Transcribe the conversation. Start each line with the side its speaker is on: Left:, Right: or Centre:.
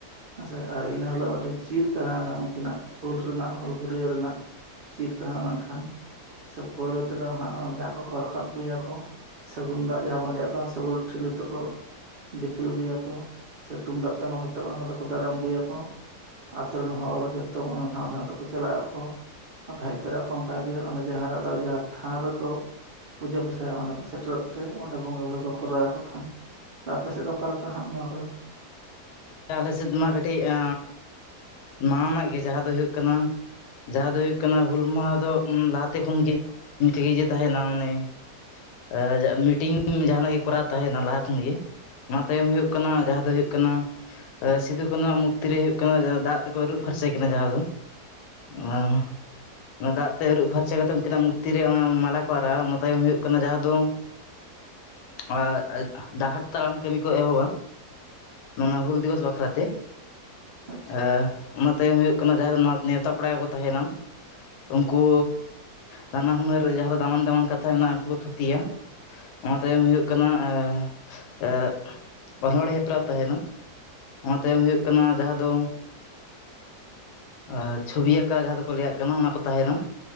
Right: ᱦᱮᱸᱥᱮ ᱟᱨ ᱤᱱᱟᱹ ᱦᱤᱞᱳᱜ ᱢᱤᱫᱴᱮᱱ ᱪᱤᱨ ᱛᱟᱦᱮᱸᱱᱟ ᱩᱱᱝᱠᱤᱱᱟᱜ ᱦᱩᱞ ᱨᱮᱱᱟᱜ ᱦᱩᱞ ᱜᱟᱹᱨᱭᱟᱹ ᱨᱮᱱᱟᱜ ᱪᱤᱨ ᱛᱟᱦᱮᱱᱟ ᱢᱮᱱᱠᱷᱟᱱ ᱥᱮ ᱯᱳᱭᱞᱳ ᱛᱮᱫᱚ ᱦᱟᱸᱜ ᱚᱱᱟ ᱫᱟᱜ ᱠᱚ ᱨᱟᱠᱟᱵ ᱟᱹᱜᱩᱭᱟ ᱠᱚ ᱥᱟᱜᱩᱱ ᱫᱟᱜ ᱡᱟᱦᱟᱸ ᱵᱚᱱ ᱞᱟᱹᱭᱟ ᱥᱟᱜᱩᱞ ᱴᱷᱤᱞᱤ ᱛᱟᱠᱚ ᱫᱤᱯᱤᱞ ᱟᱹᱜᱩᱭᱟᱠᱚ ᱥᱮ ᱛᱩᱢᱫᱟᱜ ᱴᱟᱢᱟᱠ ᱟᱛᱮ ᱚᱱᱟ ᱠᱚᱫᱚ ᱠᱚ ᱫᱟᱨᱟᱢ ᱟᱹᱜᱩᱭᱟᱠᱚ ᱟᱛᱳ ᱨᱮᱱ ᱦᱚᱲ ᱡᱚᱛᱚ ᱚᱱᱟ ᱥᱟᱶ ᱥᱟᱶ ᱛᱮᱠᱚ ᱪᱟᱞᱟᱜ ᱟᱠᱚ ᱚᱠᱟ ᱦᱮᱡ ᱛᱚᱨᱟ ᱠᱚ ᱚᱱᱠᱟᱜ ᱜᱮ ᱚᱱᱟ ᱡᱟᱦᱟᱸ ᱨᱮᱫᱚ ᱡᱟᱦᱟᱸ ᱛᱷᱟᱱ ᱨᱮᱠᱚ ᱯᱩᱡᱟᱹ ᱯᱟᱥᱟᱭᱟ ᱚᱸᱰᱮ ᱥᱮᱨᱚᱜ ᱛᱮ ᱚᱸᱰᱮ ᱵᱚᱸᱜᱟ ᱵᱩᱨᱩ ᱠᱚ ᱠᱚᱨᱟᱣ ᱟᱠᱚ ᱠᱷᱟᱱ ᱟᱯᱮ ᱥᱮᱫ ᱫᱚ ᱚᱠᱟ ᱞᱮᱠᱟ ᱦᱟᱸᱜ ᱱᱚᱣᱟ ᱠᱚᱫᱚ?
Left: ᱟᱞᱮ ᱥᱮᱫ ᱢᱟ ᱠᱟᱹᱴᱤᱡ ᱮ ᱱᱟᱣᱟᱱᱟᱜ ᱜᱮ ᱡᱟᱦᱟᱸ ᱫᱚ ᱦᱩᱭᱩᱜ ᱠᱟᱱᱟ ᱡᱟᱦᱟᱸ ᱫᱚ ᱦᱩᱭᱩᱜ ᱠᱟᱱᱟ ᱦᱩᱞ ᱢᱟᱦᱟ ᱫᱚ ᱞᱟᱦᱟᱛᱮ ᱠᱷᱚᱱ ᱜᱮ ᱤᱱᱠᱟ ᱤᱭᱟᱹ ᱛᱟᱦᱮᱱᱟ ᱢᱟᱱᱮ ᱮ ᱢᱤᱴᱤᱝ ᱡᱟᱦᱟᱱᱟᱜ ᱜᱮ ᱠᱚᱨᱟᱣ ᱛᱟᱦᱮᱱᱟ ᱞᱟᱦᱟ ᱠᱷᱚᱱ ᱜᱮ ᱚᱱᱟ ᱛᱟᱭᱚᱢ ᱦᱩᱭᱩᱜ ᱠᱟᱱᱟ ᱡᱟᱦᱟᱸ ᱫᱚ ᱦᱩᱭᱩᱜ ᱠᱟᱱᱟ ᱥᱤᱫᱩ ᱠᱟᱱᱩᱣᱟᱜ ᱢᱩᱨᱛᱤ ᱨᱮ ᱦᱩᱭᱩᱜ ᱠᱟᱱᱟ ᱫᱟᱜ ᱛᱮᱠᱚ ᱟᱹᱨᱩᱵ ᱯᱷᱟᱨᱪᱟ ᱠᱤᱱᱟ ᱡᱟᱦᱟᱸ ᱫᱚ ᱚ ᱚᱱᱟ ᱫᱟᱜ ᱛᱮ ᱟᱹᱨᱩᱵ ᱯᱷᱟᱨᱪᱟ ᱠᱟᱛᱮ ᱩᱱᱠᱤᱱᱟᱜ ᱢᱩᱨᱛᱤ ᱨᱮ ᱚᱱᱟ ᱢᱟᱞᱟ ᱠᱚ ᱟᱨᱟᱣᱟ ᱚᱱᱟ ᱛᱟᱭᱚᱢ ᱦᱩᱭᱩᱜ ᱠᱟᱱᱟ ᱡᱟᱦᱟᱸ ᱫᱚ ᱮ ᱮᱫ ᱰᱟᱦᱟᱨ ᱛᱟᱲᱟᱢ ᱠᱟᱹᱢᱤ ᱠᱚ ᱮᱦᱚᱵᱟ ᱚᱱᱟ ᱦᱩᱞ ᱫᱤᱵᱚᱥ ᱵᱟᱠᱷᱨᱟ ᱛᱮ
Right: ᱟᱪᱪᱷᱟ
Left: ᱮ ᱚᱱᱟ ᱛᱟᱭᱚᱢ ᱦᱩᱭᱩᱜ ᱠᱟᱱᱟ ᱡᱟᱦᱟ ᱫᱚ ᱱᱮᱣᱛᱟ ᱯᱟᱲᱟ ᱠᱚᱠᱚ ᱛᱟᱦᱮᱱᱟ ᱩᱱᱠᱩ ᱱᱟᱱᱟ ᱦᱩᱱᱟᱹᱨ ᱡᱟᱦᱟᱸ ᱫᱚ ᱫᱟᱢᱟᱱ ᱫᱟᱢᱟᱱ ᱠᱟᱛᱷᱟ ᱢᱮᱱᱟᱜᱼᱟ ᱩᱱᱠᱩ ᱠᱚ ᱛᱷᱩᱛᱤᱭᱟ ᱚᱱᱟ ᱛᱟᱭᱚᱢ ᱦᱩᱭᱩᱜ ᱠᱟᱱᱟ ᱮ ᱮ ᱚᱱᱚᱲᱦᱮᱫ ᱯᱨᱟᱣ ᱛᱟᱦᱮᱱᱟ ᱚᱱᱟ ᱛᱟᱭᱚᱢ ᱦᱩᱭᱩᱜ ᱠᱟᱱᱟ ᱡᱟᱦᱟᱸ ᱫᱚ ᱟ ᱪᱷᱚᱵᱤ ᱟᱠᱟ ᱡᱟᱦᱟᱸ ᱫᱚᱠᱚ ᱞᱟᱹᱭᱟᱜ ᱠᱟᱱᱟ ᱚᱱᱟ ᱠᱚ ᱛᱟᱦᱮᱱᱟ